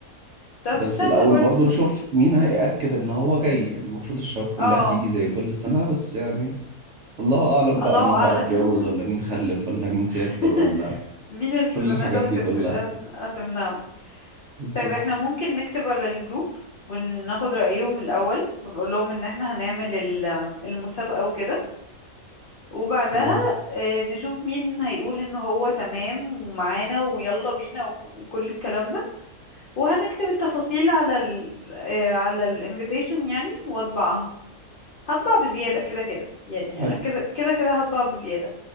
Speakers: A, on the left; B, on the right.
A: طب
B: بس
A: سهلة
B: الأول
A: برضه
B: برضو نشوف مين هيأكد إن هو جاي يعني المفروض الشباب كلها
A: اه
B: تيجي زي كل سنة بس يعني الله أعلم بقى
A: الله
B: مين
A: اعلم
B: بقى اتجوز ولا مين خلف ولا مين سافر
A: <laughs>
B: ولا
A: مين التزاماته
B: كل الحاجات دي
A: هتمس...
B: كلها
A: هت- هتمنعه
B: بالظبط
A: طيب احنا ممكن نكتب على الجروب وناخد رأيهم الأول ونقول لهم ان احنا هنعمل ال- المسابقة وكده وبعدها
B: مم.
A: آه، نشوف مين هيقول ان هو تمام ومعانا ويلا بينا وكل الكلام ده وهنكتب التفاصيل على ال آه، على الانفيتيشن يعني واطبعها هطبع بزيادة كده كده يعني
B: حلو
A: انا كده كده كده هطبع بزيادة